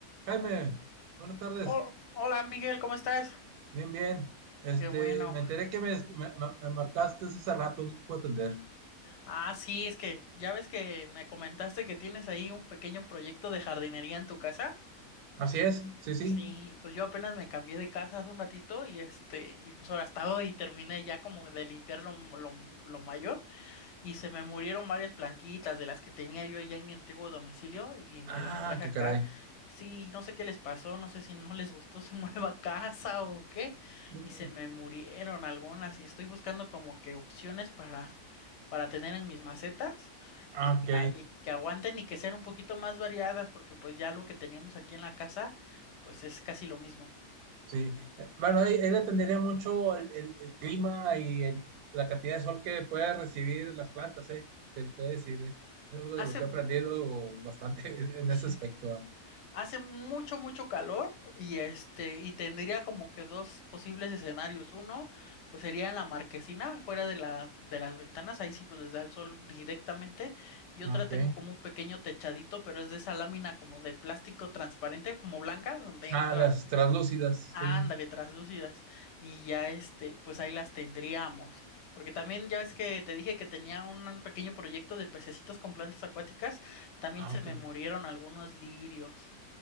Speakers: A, on the right; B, on the left.
A: Jaime, buenas tardes.
B: Hol- hola Miguel, ¿cómo estás?
A: Bien, bien. Este,
B: Qué bueno.
A: me enteré que me, me, me marcaste hace rato, no te puedo atender.
B: Ah, sí, es que ya ves que me comentaste que tienes ahí un pequeño proyecto de jardinería en tu casa.
A: Así es, sí, sí.
B: Sí, pues yo apenas me cambié de casa hace un ratito y este, y pues ahora hasta hoy terminé ya como de limpiar lo, lo, lo mayor. Y se me murieron varias plantitas de las que tenía yo allá en mi antiguo domicilio y me
A: Ah,
B: las traje
A: qué
B: acá.
A: caray.
B: Sí, no sé qué les pasó, no sé si no les gustó su <laughs> nueva casa o qué.
A: Mm,
B: Y se me murieron algunas y estoy buscando como que opciones para, para tener en mis macetas
A: ah,
B: y que,
A: Ok,
B: a- y que aguanten y que sean un poquito más variadas porque pues ya lo que teníamos aquí en la casa pues es casi lo mismo.
A: sí. Eh, Bueno, ahí, ahí dependería mucho el, el- el clima y el- la cantidad de sol que pueda recibir las plantas, ¿eh? Te, te voy a decir, eh, Es algo de
B: Hace...
A: lo que he aprendido bastante <laughs> en
B: Sí.
A: ese aspecto. ah.
B: Hace mucho, mucho calor y este, y tendría como que dos posibles escenarios. Uno, pues sería en la marquesina, fuera de las, de las ventanas, ahí sí pues les da el sol directamente. Y otra
A: Ah, Ok.
B: tengo como un pequeño techadito, pero es de esa lámina como de plástico transparente, como blanca, donde
A: Ah,
B: entra
A: las
B: la luz.
A: translúcidas,
B: Ándale,
A: sí.
B: traslúcidas. Y ya este, pues ahí las tendríamos. Porque también ya ves que te dije que tenía un pequeño proyecto de pececitos con plantas acuáticas, también
A: Ah,
B: se
A: ok.
B: me murieron algunos lirios.